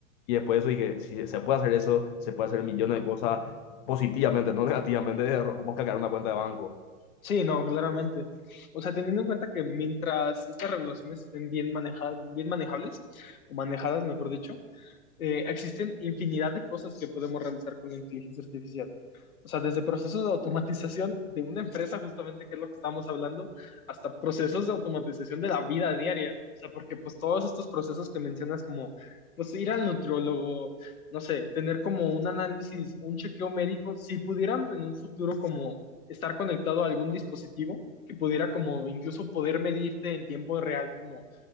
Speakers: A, on the left; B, on the left.
A: y después de eso dije, si se puede hacer eso, se puede hacer millones de cosas positivamente, no negativamente, de cómo hackear una cuenta de banco.
B: Sí, no, claramente. O sea, teniendo en cuenta que mientras estas regulaciones estén bien manejadas, bien manejables, o manejadas, mejor dicho, eh, existen infinidad de cosas que podemos realizar con la inteligencia artificial. O sea, desde procesos de automatización de una empresa, justamente, que es lo que estábamos hablando, hasta procesos de automatización de la vida diaria. O sea, porque pues todos estos procesos que mencionas como, pues ir al nutriólogo, no sé, tener como un análisis, un chequeo médico, si pudieran en un futuro como estar conectado a algún dispositivo que pudiera como incluso poder medirte en tiempo real como